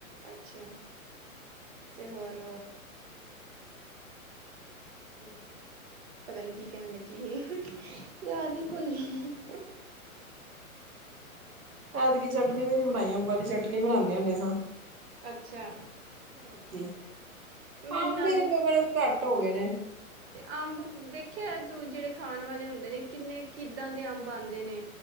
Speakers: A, on the right; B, on the right.
A: ਅੱਛਾ ਤੇ ਹੋਰ
B: ੀ <unintelligible>
A: ਪਤਾ ਨੀ ਕੀ ਕਹਿਣ ਲੱਗੀ ਸੀ, ਯਾਦ ਹੀ ਕੋਈ ਹੈ
B: ਐਤਕੀ ਚਟਨੀ ਵੀ ਨੀ ਬਣਾਈ, ਅੰਬਾ ਦੀ ਚਟਨੀ ਬਣਾਉਂਦੇ ਹੁੰਦੇ ਸਾਂ
A: ਅੱਛਾ
B: ਹੋਰ ਕਿ
A: ਮੇਰੀ
B: ਅੰਬ
A: ਨਾਨੀ
B: ਵੀ ਬੜੇ ਘੱਟ ਹੋ ਗਏ ਨੇ।
A: ਤੇ ਅੰਬ ਵੇਖਿਆ ਤੂੰ ਜਿਹੜੇ ਖਾਣ ਵਾਲੇ ਹੁੰਦੇ ਨੇ ਕਿੰਨੇ ਕਿੱਦਾਂ ਦੇ ਅੰਬ ਆਉਂਦੇ ਨੇ